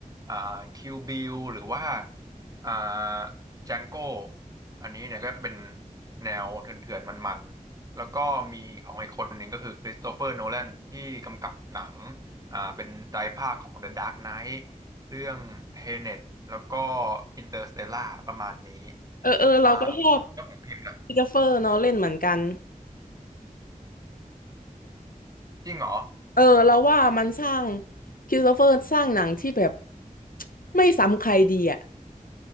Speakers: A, on the right (about 25°); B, on the left (about 80°).
A: อ่าคิวบิลหรือว่าอ่าจังโก้อันนี้เนี่ยก็เป็นแนวเถื่อนๆมันๆ แล้วก็มีของอีกคนหนึ่งก็คือคริสโตเฟอร์โนแลนที่กำกับหนังอ่าเป็นไตรภาคของ The Dark Knight เรื่อง Tenet แล้วก็ Interstellar ประมาณนี้
B: เออเออเราก็ชอบ
A: อ่าแล้วของพิมพ์ล่ะ
B: คริสโตเฟอร์เนาะเล่นเหมือนกัน
A: จริงเหรอ
B: เออเราว่ามันสร้างคริสโตเฟอร์สร้างหนังที่แบบไม่ซ้ำใครดีอ่ะ